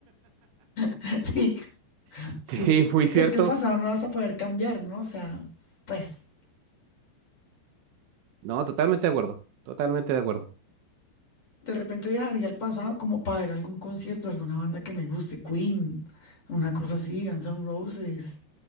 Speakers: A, on the left; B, on the right.
A: <laughs> Sí.
B: <laughs>
A: Sí,
B: Sí, muy
A: sí,
B: cierto.
A: es que el pasado no lo vas a poder cambiar, ¿no? O sea, pues
B: No, totalmente de acuerdo. Totalmente de acuerdo.
A: de repente viajaría al pasado como para ver algún concierto, de alguna banda que me guste, Queen, una cosa así, Guns N' Roses,